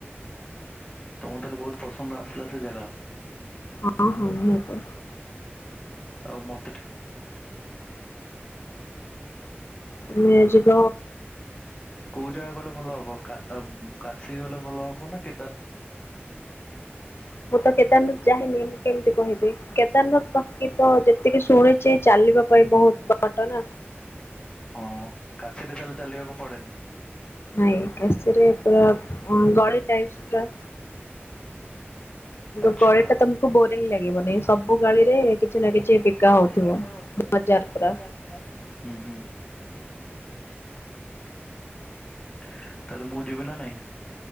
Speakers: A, on the left; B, on the left.
A: ତମକୁ ତାହଲେ ବୋହୁତ ପସନ୍ଦ ଆସଥିଲା ସେ ଜାଗା?
B: ହଁ ହଁ ନିିହାତି।
A: ଆଉ ମ
B: ତୁମେ ଯିବ
A: କୋଉ ଜାଗା ଗଲେ ଭଲ ହବ କା କାଶି ଗଲେ ଭଲ ହବ ନା କେ
B: ମୁଁ ତ କେଦାରନାଥ ଯାଇହିନି ମୁଁ କେମିତି କହିବି କେଦାରନାଥ କି ତ ହ ଯେତିକି ଶୁଣିଛି ଚାଲିବା ପାଇଁ ବୋହୁତ ବାଟ ନା।
A: ହଁ କାଶୀରେ ତାହେଲେ ଚାଲିବାକୁ ପଡେନି।
B: ନାଇଁରେ ପ ଗ ଟ ପ <inaudible> ନ୍ତୁ
A: ଆଚ୍ଛା।
B: ଗଳି ଟା ତମକୁ ବୋରିଂ ଲାଗିବନାଇ ସବୁ ଗାଳି ରେ କିଛି ନା କିଛି
A: କିଛି
B: ବିକା
A: ନା କିଛି
B: ହଉଥିବ।
A: ବିକା ହଉଥିବ
B: ବଜାର ପୁରା
A: ବାଜା ତାହେଲେ ମୁଁ ଯିବି ନା ନାଇଁ?